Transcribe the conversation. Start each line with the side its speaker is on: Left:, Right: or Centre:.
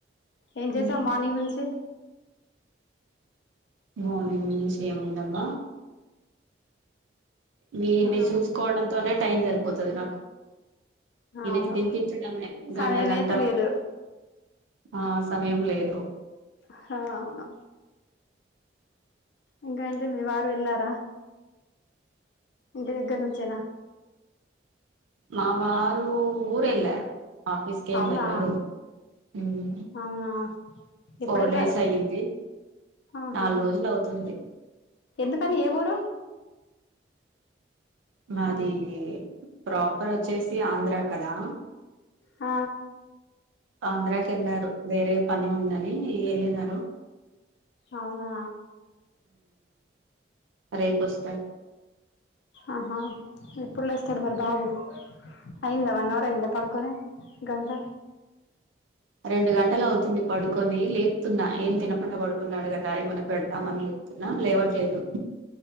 Left: ఏం చేసావు
Right: మ్మ్.
Left: మార్నింగ్ నుంచి
Right: మార్నింగ్ నుంచి ఏముంది అబ్బ వీన్నీ
Left: ఆ
Right: చూసుకోవడం తోనే టైం సరిపోతుది నాకు ఈయనకి
Left: అవును
Right: తినిపించడమే
Left: సమయమే
Right: గంట గంట
Left: తెలియదు
Right: ఆ సమయం లేదు
Left: హా అవును ఇంకా అంటి మీ వారు వెళ్ళారా ఇంటి దగ్గర నుంచేనా
Right: మా వారు ఊరెళ్ళారు ఆఫీస్కి ఏమి
Left: అవునా
Right: వెళ్ళలేదు ఉమ్
Left: అవునా ఎప్పుడు
Right: ఫోర్
Left: వెళ్ళారు
Right: డేస్ అయ్యింది
Left: ఆహా
Right: నాలుగు రోజులు అవుతుంది
Left: ఎందుకని ఏ ఊరు
Right: మాది ప్రాపర్ వచ్చేసి ఆంధ్రా కదా
Left: ఆ
Right: ఆంధ్రాకి వెళ్ళారు వేరే పని ఉందని వెళ్ళినారు
Left: అవునా
Right: రేపు వస్తారు
Left: ఆహా ఎప్పుడు లేస్తాడు మరి బాబు అయింద వన్ అవర్ అయింద పడుకొని గంట
Right: రెండు గంటలు అవుతుంది పడుకొని లేపుతున్నా ఏం తినకుండా పడుకున్నాడు కదా ఏమన్నా పెడదామని లేపుతున్నా లేవట్లేదు